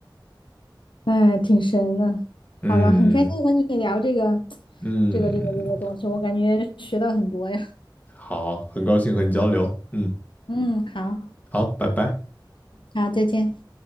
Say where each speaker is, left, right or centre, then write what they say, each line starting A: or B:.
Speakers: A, on the left (about 75°); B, on the left (about 20°).
A: 哎，挺神的。
B: 嗯
A: 好了，很开心和你聊这个，
B: 嗯，
A: 这个，这个，这个东西，我感觉学到很多呀。
B: 好，很高兴和你交流。嗯，
A: 嗯，好，
B: 好，拜拜。
A: 好，再见。